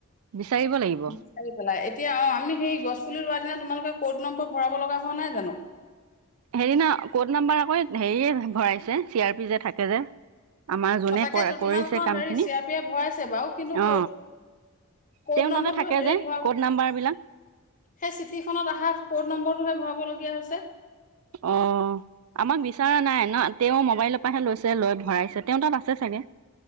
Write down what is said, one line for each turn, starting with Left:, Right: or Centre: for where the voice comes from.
Right: বিচাৰিব লাগিব
Left: বিচাৰি পেলাই এতিয়া। অ' আমি সেই গছ পুলি ৰুৱা তোমালোকে ক'ত নম্বৰ ভৰাব লগা হোৱা নাই জানো?
Right: হেৰিনা ক'ড নাম্বাৰ আকৌ হেৰিয়ে ভৰাইছে চি আৰ পি যে থাকে যে। আমাৰ যোনে
Left: অ তাকেটো
Right: কৰা
Left: তোমালোকৰ
Right: কৰিছে কাম
Left: হেৰি
Right: খিনি
Left: চি আই পিয়ে ভৰাইছে বাৰু কিন্তু
Right: অ
Left: ক'ড ক'ড
Right: তেওঁ
Left: নম্বৰটো
Right: তাতে থাকে
Left: হেৰি
Right: যে
Left: ধৰা
Right: ক'ড নাম্বাৰ বিলাক
Left: সেই চিঠিখনত অহা ক'ড নম্বৰটোহে ভৰাব ব লগীয়া হৈছে।
Right: অ', আমাক বিচৰা নাই ন তেওঁ মোবাইলৰ পৰাহে লৈছে লৈ ভৰাইছে তেওঁৰ তাত আছে চাগে।